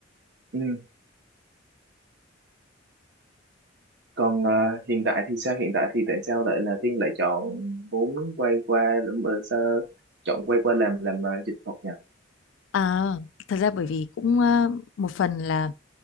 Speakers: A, on the right; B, on the left.
A: ừ còn ờ, hiện tại thì sao hiện tại thì tại sao lại là Thiên lại chọn muốn quay qua ờ, sao chọn quay qua làm làm ờ, dịch thuật nhỉ
B: à, thật ra bởi vì cũng ờ, một phần là